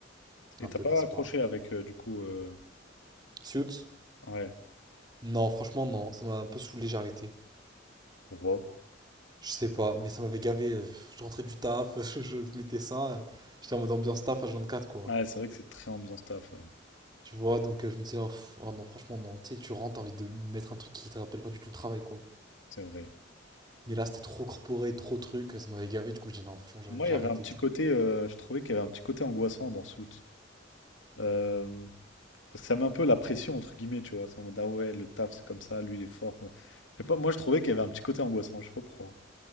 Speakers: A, on the left; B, on the right.
A: Et
B: Un
A: t'as
B: peu
A: pas
B: par-ci
A: accroché
B: par-là.
A: avec, euh, du coup, euh,
B: Suits?
A: ouais.
B: Non, franchement, non. Ça m'a un peu saoulé, j'ai arrêté.
A: Pourquoi?
B: Je sais pas, mais ça m'avait gavé. Je rentrais du taf, <laughs> je mettais ça. J'étais en mode ambiance taf H24, quoi.
A: Ouais, c'est vrai que c'est très ambiance taf, ouais.
B: Tu vois, donc euh, je me disais, oh, pff, oh non, franchement, non. Tu sais, tu rentres, t'as envie de mettre un truc qui te rappelle pas du tout le travail, quoi.
A: C'est vrai.
B: Mais là, c'était trop corporé, trop truc, ça m'avait gavé. Du coup, je dis, non, franchement, j'ai
A: Moi,
B: j'ai
A: il y
B: arrêté,
A: avait un petit
B: tu vois.
A: côté, euh, je trouvais qu'il y avait un petit côté angoissant dans Suits. Euh, parce que ça met un peu la pression, entre guillemets, tu vois. C'est en mode, ah ouais, le taf, c'est comme ça, lui, il est fort. Enfin, je sais pas, moi, je trouvais qu'il y avait un petit côté angoissant, je sais pas pourquoi.